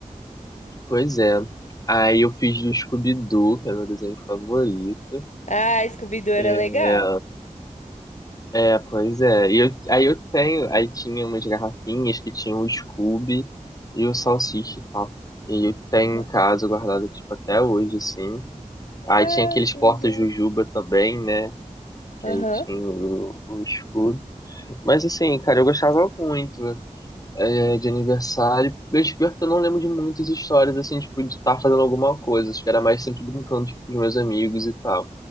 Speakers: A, on the left (about 25°); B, on the left (about 65°).
A: pois é. Aí eu fiz do Scooby-Doo, que é meu desenho favorito.
B: Ah, Scooby-Doo era
A: É,
B: legal.
A: É, pois é. E eu, aí eu tenho, aí tinha umas garrafinhas que tinham o Scooby e o Salsicha e tal. E eu tenho
B: Aham.
A: em casa guardado, tipo, até hoje, assim. Aí
B: Ah,
A: tinha aqueles
B: que
A: porta-jujuba
B: legal.
A: também, né? Que
B: Aham.
A: aí tinha o, o Scooby. Mas assim, cara, eu gostava muito é, de aniversário. Mas pior que eu não lembro de muitas histórias, assim, tipo, de estar fazendo alguma coisa. Acho que era mais sempre brincando, tipo, com os meus amigos e tal.